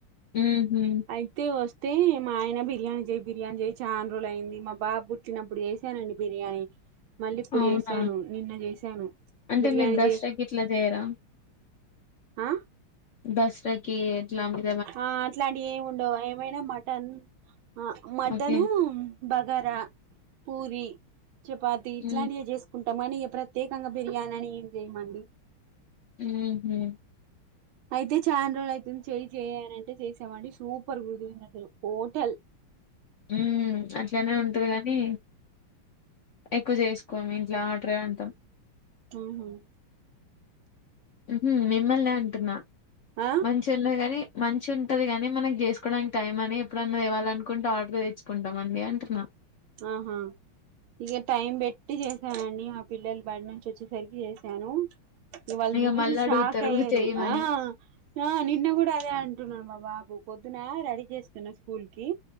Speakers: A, on the left (about 80°); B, on the right (about 75°).
A: ఊహుమ్
B: అయితే వస్తే మా ఆయన బిర్యానీ చేయి బిర్యానీ చేయి చానా రోజులు అయింది మా బాబు చ్చినప్పుడు చేసానండి బిర్యానీ మళ్ళీ ఇప్పుడు
A: అవునా
B: చేసాను నిన్న చేసాను
A: అంటే
B: బిర్యానీ
A: మీరు దసరాకి
B: చై
A: ఇట్లా చేయరా
B: ఆ
A: దసరాకి ఎట్లా మరి
B: ఆ అట్లాంటివి ఏమి ఉండవు ఏమైనా మటన్ ఆ మటను
A: ఓకే
B: బగారా పూరి చపాతి ఇట్లాంటివి
A: హ్మ్
B: చేసు కుంటామని ప్రత్యేకంగా బిర్యానీ అని ఏం చేయమండి.
A: ఊహు
B: అయితే చానరోజులు అయితుంది చెయి చేయనంటే చేసామండి సూపర్ కుదిరింది అసలు టోటల్
A: హ్మ్ అట్లానే ఉంటది గానీ ఎక్కువ చేసుకోము ఇంట్లో ఆడరే అంటాం
B: ఆహ
A: ఉహు మిమ్మల్నే అంటున్నా
B: ఆ
A: మంచి తిన్లే గాని మంచి ఉంటది గాని మనకి చేసుకోవడానికి టైం అని ఎప్పుడన్నా ఇవాలనుకుంట ఆర్డర్ తెచ్చు కుంటామండి అంటున్నా
B: ఆహా ఇక టైం పెట్టి చేశానండి మా పిల్లలు బడి నుంచి వచ్చేసరికి చేశాను. ను వాళ్ళు
A: ఇగ
B: చూసి
A: మళ్ళీ అడుగుతరు
B: షాక్ అయ్యారు
A: చేయమని.
B: ఆ ఆ నిన్న కూడా అదే అంటున్నాడు మా బాబు పొద్దున రెడీ చేస్తున్నా స్కూల్ కి